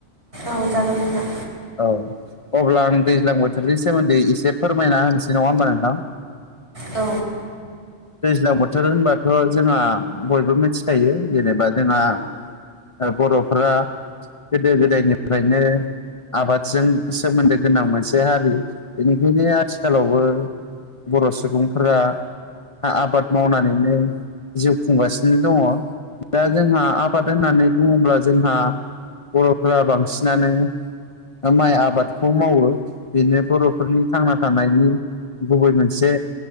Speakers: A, on the right (about 55°); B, on the left (about 35°).
A: औ जागोन नोंथां।
B: औ अब्ला आं दैज्लां बोथोरनि सोमोन्दै एसे फोरमायना होनोसै नङा होमबा नोंथां।
A: औ।
B: दैज्लां बोथोर होनबाथ' जोंहा बयबो मोथिखायो जेनेबा जोंहा। ओ बर'फ्रा गोदो गोदायनिफ्रायनो। आबादजों सोमोन्दो गोनां मोनसे हारि बेनिखायनो आथिखालावबो। बर' सुबुंफोरा आ- आबाद मावनानैनो। जिउ खुंगासिनो दंङ दा जोंहा आबाद होननानै बुङोब्ला जोंहा। बर'फोरा बांसिनानो। ओ माइ आबादखौ मावो बिदिनो बर'फोरनि थांना थानायनि। गुबै मोनसे